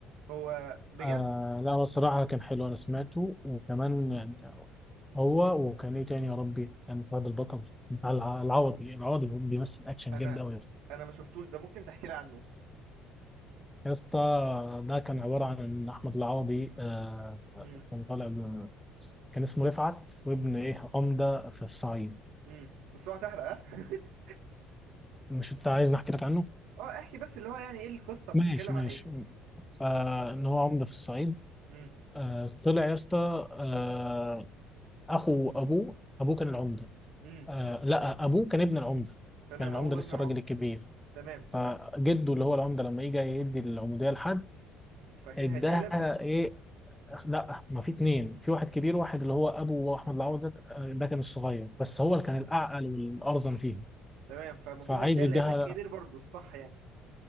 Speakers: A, on the right; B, in the centre.
A: هو بجد
B: آه لا هو الصراحة كان حلو أنا سمعته وكمان يعني كان هو وكان إيه تاني يا ربي كان فهد البطل بتاع الع- العوضي العوضي اللي هو بيمثل أكشن
A: انا
B: جامد أوي يا اسطى
A: انا ما شفتوش ده ممكن تحكي لي عنه
B: يا اسطى ده كان عبارة عن إن أحمد العوضي آه
A: امم
B: كان طالع ب- كان اسمه رفعت وابن إيه عمدة في الصعيد
A: امم بس هو هتحرق ها <laughs>
B: مش أنت عايز نحكي لك عنه؟
A: اه احكي بس اللي هو يعني ايه القصه بتتكلم
B: ماشي ماشي
A: عن ايه
B: فإن هو عمدة في الصعيد
A: امم
B: آه طلع يا اسطى آه أخو أبوه أبوه كان العمدة
A: امم
B: آه لا ابوه كان ابن العمده
A: تمام
B: كان العمده
A: هو
B: لسه
A: ابن العم
B: الراجل الكبير
A: تمام تمام
B: فجده اللي هو العمده لما يجي يدي العموديه لحد
A: فاكيد
B: اداها
A: هيديها لابنه
B: ايه لا ما في اتنين في واحد كبير واحد اللي هو ابو احمد العوده آه، ده كان الصغير بس هو اللي كان الاعقل والارزن فيهم
A: تمام فالمفروض
B: فعايز
A: هيديها
B: يديها
A: لابنك الكبير برضه الصح يعني